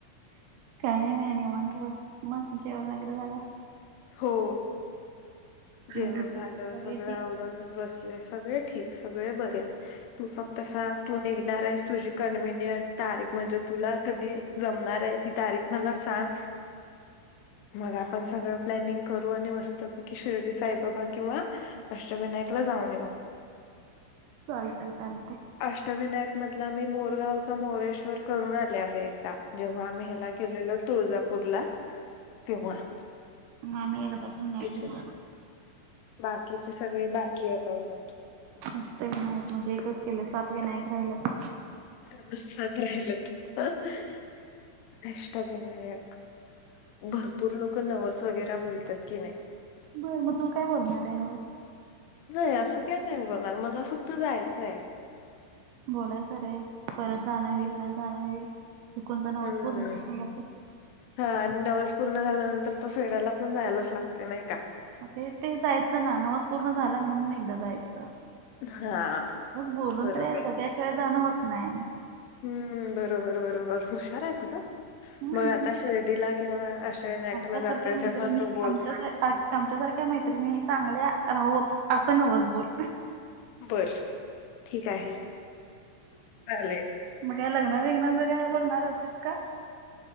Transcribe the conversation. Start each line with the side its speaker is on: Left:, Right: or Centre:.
Right: काय नाही निवांत बग, मग जेवण वगैरे झालं.
Left: हो. जेवण
Right: घरी
Left: झालं
Right: कसे सगळे
Left: सगळं
Right: ठीक
Left: आवरूनच बसले, सगळे ठीक सगळे बरेत. तू फक्त सांग तू निघणार आहेस, तुझी कन्व्हनियंट तारीख म्हणजे तुला कधी. जमणार आहे, ती तारीख मला सांग. मग आपण सगळं प्लॅनिंग करू आणि मस्त. शिर्डी साईबाबा किंवा, अष्टविनायकला जाऊन येऊ.
Right: चालतंय चालतंय.
Left: अष्टविनायक मधला मी, मोरगावचा मोरेश्वर करून आले अगं एकदा. जेव्हा आम्ही ह्याला गेलेलो तुळजापूरला तेव्हा.
Right: मामी एकदा पण नाही.
Left: चल
Right: फिरलो
Left: बाकीचे सगळे, बाकी येत अजून.
Right: अष्टविनायक म्हणजे, एकच केले सात विनायक राहिलंत.
Left: अजून <unintelligible> अष्टविनायक. भरपूर लोकं नवस वगैरा बोलतात की नाही.
Right: बर मग तू काय बोलणार आहे नवस.
Left: नाही असं काय नाही, बोलणार मला फक्त जायचं आहे.
Right: बोलायचं रे, परत जाण होईल न जाण होईल, चुकून ते नवस
Left: हम्म
Right: पूर्ण झा
Left: हा आणि नवस पूर्ण झाल्यानंतर, तो फेडायला पण जायलाच लागते नाही का.
Right: मग ते ते जायचं ना नवस पूर्ण झालं, म्हणून एकदा जायचं.
Left: हा
Right: बोलून
Left: बरोबर
Right: तर बग त्याशिवाय जाण होत नाही.
Left: हम्म, बरोबर बरोबर हुशार आहेस गं.
Right: हम्म
Left: मग आता शिर्डीला किंवा, अष्टविनायकला
Right: आमच्यासारख्या
Left: जाता
Right: मैत्रिणी
Left: तेव्हा तो बोल.
Right: आमच्या सारख्या मैत्रिणी चांगल्या राहोत असं नवच बोल.
Left: बरं ठीक, आहे चालेल.
Right: मग का लग्न विघ्नांच काय बोलणार होतीस का.